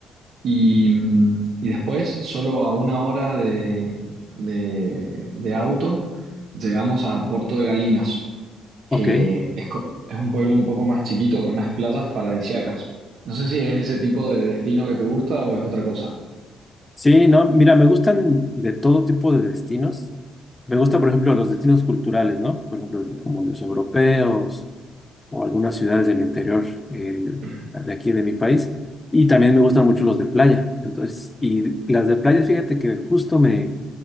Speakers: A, on the right; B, on the left.
A: y, mm, y después, solo a una hora de, de- de auto, llegamos a Puerto de Galinas,
B: Ok.
A: que es, co- es un pueblo un poco más chiquito con unas playas paradisíacas. No sé si es ese tipo de destino que te gusta o es otra cosa.
B: Sí, no, mira, me gustan de todo tipo de destinos. Me gusta, por ejemplo, los destinos culturales, ¿no? Por ejemplo, como los europeos
A: Ujú.
B: o algunas ciudades del interior eh,
A: <clears throat>
B: de aquí de mi país. Y también me gustan mucho los de playa. Entonces, y las de playa, fíjate que justo me,